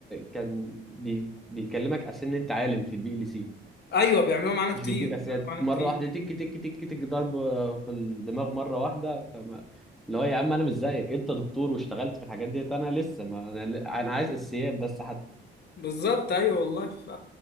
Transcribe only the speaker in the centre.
كان بي بيكلمك عشان انت عالم في البي ال سي
مش بيديك
اساسيات
مره
واحده تك تك تك تك ضرب في الدماغ مره واحده فما اللي هو يا عم انا مش زيك انت دكتور واشتغلت في الحاجات ديت انا لسه ما انا انا عايز اساسيات بس حتى